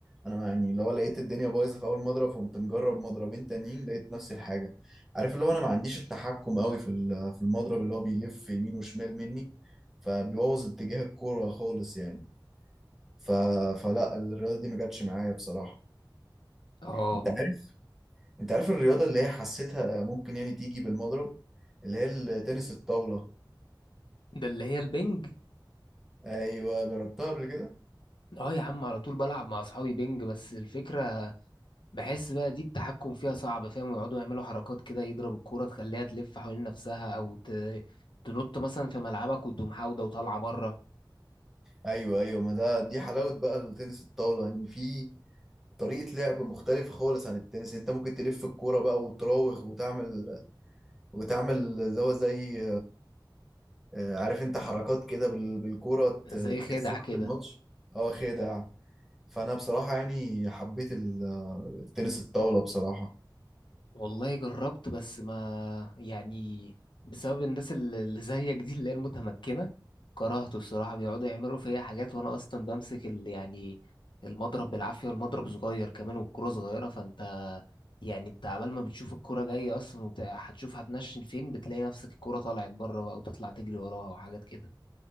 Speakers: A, in the centre; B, on the left.
A: انا يعني لو لقيت الدنيا بايظه في اول مضرب فقمت مجرب مضربين تانيين لقيت نفس الحاجه عارف اللي هو انا ما عنديش التحكم قوي في ال- في المضرب اللي هو بيلف يمين وشمال مني فبيبوظ اتجاه الكوره خالص يعني ف... فلا الرياضه دي ما جاتش معايا بصراحه
B: اه
A: انت عارف انت عارف الرياضه اللي هي حسيتها ممكن يعني تيجي بالمضرب اللي هي التنس الطاوله
B: ده اللي هي البنج
A: ايوه جربتها قبل كده
B: اه يا عم على طول بلعب مع اصحابي بينج بس الفكرة بحس بقى دي التحكم فيها صعب فاهم يقعدوا يعملوا حركات كده يضرب الكورة تخليها تلف حوالين نفسها او ت... تنط مثلا في ملعبك وتقوم حاودة وطالعة بره
A: ايوه ايوه ما ده دي حلاوه بقى التنس الطاوله ان يعني في طريقه لعب مختلفه خالص عن التنس انت ممكن تلف الكوره بقى وتراوغ وتعمل وتعمل اللي هو زي آه، عارف انت حركات كده بال- بالكوره ت-
B: زي
A: تكسبك
B: خدع كده
A: في الماتش اه خدع فانا بصراحه يعني حبيت ال- التنس الطاوله بصراحه
B: والله جربت بس ما يعني بسبب الناس اللي اللي زيك دي اللي هي المتمكنة كرهته الصراحة بيقعدوا يعملوا فيا حاجات وأنا أصلا بمسك ال يعني المضرب بالعافية والمضرب صغير كمان والكرة صغيرة فأنت يعني أنت عبال ما بتشوف الكرة جاية أصلا وهتشوف هتنشن فين بتلاقي نفسك الكرة طلعت بره بقى وتطلع تجري وراها وحاجات كده